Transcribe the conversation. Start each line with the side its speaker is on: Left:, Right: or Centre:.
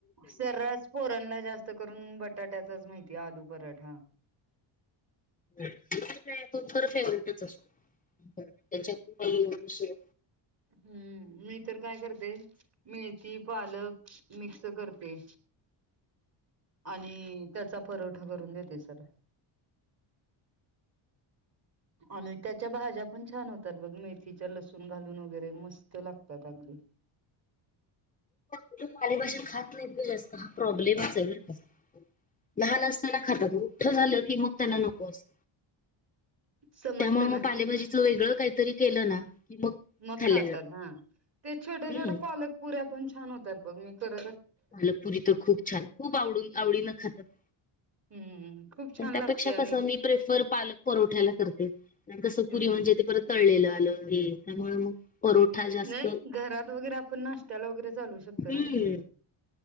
Right: सर्रास पोरणला जास्त करून बटाट्याचाच माहितीय आलू पराठा.
Left: त्याच काय तो तर फेवर्हेटच असतो. त्याच्यात काही विषय
Right: हम्म. मी तर काय करते? मेथी पालक मिक्स करते. आणि त्याचा परोठा करून देते सर. आणि त्याच्या भाज्या पण छान होतात बघ. मेथीच्या लसूण घालून वगैरे मस्त लागतात अगदी.
Left: मुले पालेभाज्या खात नाहीत ग जास्त. हा प्रॉब्लेमचे बरका. लहान असताना खातात. मोठ झालं की मग त्यांना नको असत.
Right: समजते
Left: त्यामुळे
Right: ना
Left: मग पालेभजी च वेगळं काहीतरी केलं ना की मग
Right: मग
Left: खाल्ल्या
Right: खातात.
Left: जात
Right: हा. ते छोट्या
Left: हम्म
Right: छोट्या पालक पुऱ्या पण छान होतात बघ. मी कर
Left: मलकपुरी तर खूप छान. खूप आवडून आवडीनं खातात.
Right: हम्म खूप
Left: पण
Right: छान
Left: त्यापेक्षा
Right: लागते आणि
Left: कसं मी प्रेफर पालक परवठ्याला करते. कसं
Right: हम्म
Left: पुरी म्हनजे
Right: हम्म
Left: परत तळलेलं आलं हे. त्यामुळे मग परोठा जास्त
Right: नाही घरात वगैरे आपण नाश्त्याला वगैरे चालू शकतो
Left: हम्म
Right: ना ग ते.